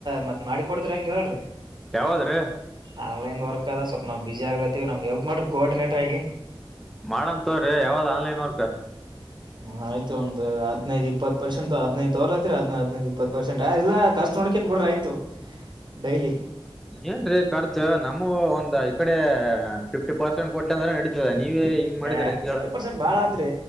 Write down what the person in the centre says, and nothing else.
ಯಾವಾದ್ರೀ
ಮಾಡನ್ ತಗೋರಿ ಯಾವ್ದ್ ಆನ್ಲೈನ್ ವರ್ಕ್
ಏನ್ರೀ ಖರ್ಚು ನಮೂ ಒಂದ್ ಈ ಕಡೆ ಫಿಫ್ಟಿ ಪರ್ಸೆಂಟ್ ಕೊಟ್ಟ ಅಂದ್ರೆ ನೆಡಿ ಹ ನೀವೇ ಹಿಂಗ್ ಮಾಡಿದ್ರೆ
ಹೆಂಗ್
ಹೇಳ